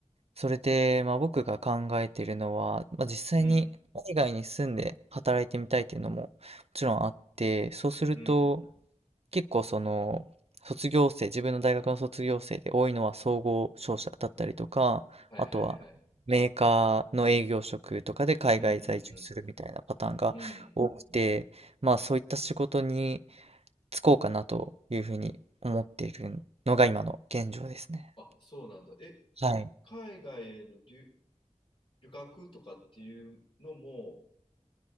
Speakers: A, on the right; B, on the left.
A: それで、まあ僕が考えているのは、まあ実際に海外に住んで働いてみたいっていうのももちろんあって、
B: うん。
A: そうすると、
B: うん。
A: 結構その卒業生自分の大学の卒業生で多いのは総合商社だったりとかあとはメーカーの営業職とかで海外在住するみたいなパターンが多くて、
B: はいはいはい。うんうんうん。うん。
A: まあそういった仕事に就こうかなというふうに思っているのが今の現状ですね。
B: あ、そうなんだ。え、
A: はい。
B: 海外への留、旅客とかっていうのも